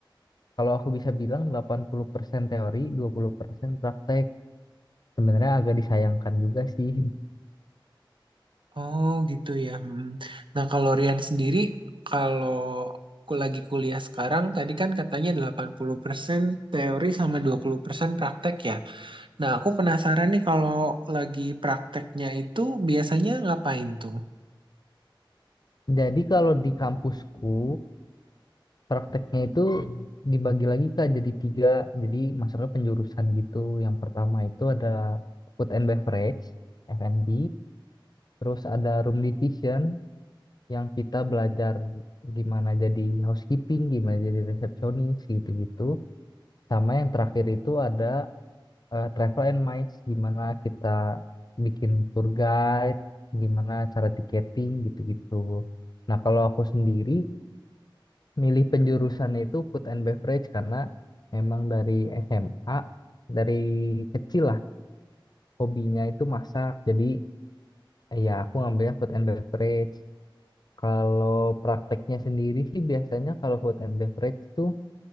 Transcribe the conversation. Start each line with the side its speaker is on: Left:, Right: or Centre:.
Left: kalau aku bisa bilang 80% teori, 20% praktek. Sebenarnya agak disayangkan juga sih.
Right: Oh gitu ya. Hmm. Nah kalau Rian sendiri, kalau aku lagi kuliah sekarang, tadi kan katanya 80% teori sama 20% praktek ya. Nah aku penasaran nih kalau lagi prakteknya itu biasanya ngapain tuh?
Left: <laughs> Jadi kalau di kampusku, Prakteknya itu dibagi lagi Kak jadi tiga, jadi masuknya penjurusan gitu. Yang pertama itu ada food and beverage, F&B, terus ada room division yang kita belajar gimana jadi housekeeping, gimana jadi resepsionis gitu-gitu. Sama yang terakhir itu ada eh, travel and mice, gimana kita bikin tour guide, gimana cara tiketing gitu-gitu. Nah, kalau aku sendiri milih penjurusan itu food and beverage karena memang dari SMA dari kecil lah hobinya itu masak jadi eh, ya aku ngambilnya food and beverage kalau prakteknya sendiri sih biasanya kalau food and beverage tuh